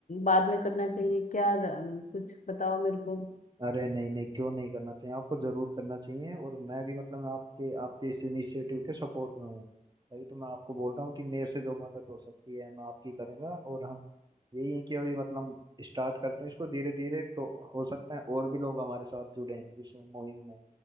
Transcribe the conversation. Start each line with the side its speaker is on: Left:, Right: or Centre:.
Left: बाद में करना चाहिए क्या र- कुछ बताओ मेरे को
Right: अरे नहीं नहीं क्यों नहीं करना चाहिए आपको जरूर करना चाहिए और मैं भी मतलब आपके आपके इस इनिशिएटिव के सपोर्ट में हूँ तभी तो मैं आपको बोल रहा हूँ कि मेरे से जो मदद हो सकती है मैं आपकी करूँगा और हम यही है कि अभी मतलब स्टार्ट करते हैं इसको धीरे धीरे तो हो सकता है और भी लोग हमारे साथ जुड़े हैं इस मुहिम में